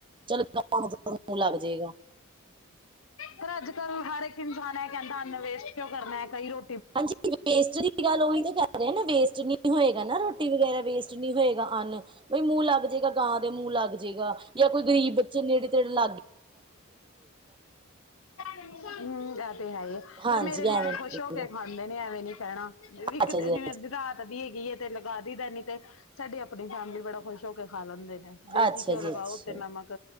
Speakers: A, on the right; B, on the left.
A: ਚਲੋ ਜੇਗਾ।
B: ਪਰ ਅੱਜ ਕੱਲ ਹਰ ਇੱਕ ਇਨਸਾਨ ਅਹ ਕਹਿੰਦਾ, 'ਅੰਨ ਵੇਸਟ ਕਿਉਂ ਕਰਨਾ ਐ, ਕਈ ਰੋ
A: ਹਾਂਜੀ ਵੇਸਰੀ ਗੱਲ ਉਹੀ ਤੇ ਕਰ ਰਹੇ ਨਾ, ਵੇਸਟ ਨਹੀਂ ਹੋਏਗਾ ਨਾ, ਰੋਟੀ ਵਗੈਰਾ ਵੇਸਟ ਨਹੀਂ ਹੋਏਗਾ। ਅੰਨ ਬਈ ਮੂੰਹ ਲੱਗਜੇਗ, ਗਾਂ ਦੇ ਮੂੰਹ ਲੱਗਜੇਗ ਯਾ ਕੋਈ ਗਰੀਬ ਬੱਚੇ ਨੇੜੇ ਤੇੜੇ ਲ
B: ਹਮ ਗਲ ਯਾਂ
A: ਹਾਂਜੀ
B: ਪਰ ਮੇਰੇ ਨਿਆਣੇ
A: ਐਵੇਂ
B: ਖੁਸ਼ ਹੋ ਕੇ ਖਾਂਦੇ ਨੇ, ਐਵੇਂ ਨੀ ਕਹਿਣਾ। ਵਿਕ
A: ਅੱਛਾ
B: ਦੇ
A: ਜੀ
B: ਜਿਵੇਂ ਰਾਤ ਦੀ ਏਗੀ ਐ ਤੇ ਦੀ ਦੇਣੀ ਤੇ ਸਾਡੀ ਆਪਣੀ ਫੈਮਿਲੀ ਬੜਾ ਖੁਸ਼ ਹੋ ਕੇ ਖਾ ਲੈਂਦੇ ਦੇਸੀ
A: ਅੱਛਾ
B: ਘਿਓ
A: ਜੀ
B: ਲਗਾਓ
A: ਅੱਛਾ
B: ਉਤੇ ਨਮਕ